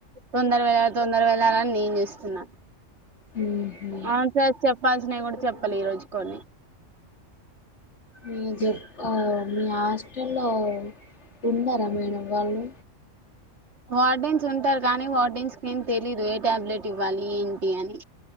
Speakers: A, on the right; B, on the left.
A: తొందర వెళ్ళాల తొందర వెళ్ళాలని నేను చుస్తున్నా
B: ఉహు
A: అవును సార్ చెప్పాల్సినవి కూడా చెప్పాలెదు ఈరోజు కొన్ని
B: ఏం జేతన్లో లో మీ హాస్టల్లో ఉన్నారా వేరే వాళ్ళు
A: వార్డిన్స్ ఉంటారు కానీ వార్డిన్స్ క ఏం తెలీదు ఏ టాబ్లెట్ ఇవ్వాలి ఏంటి అని